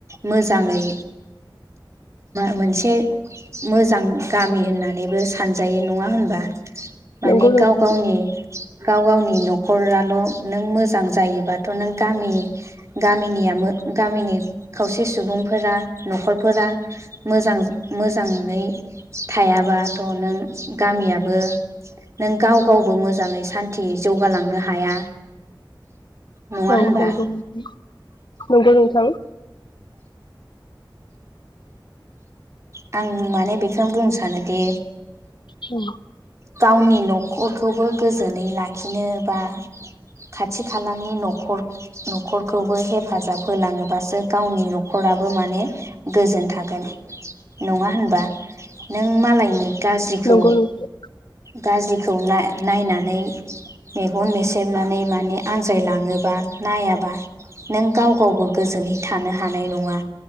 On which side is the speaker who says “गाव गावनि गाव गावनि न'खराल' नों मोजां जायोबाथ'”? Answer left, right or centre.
Right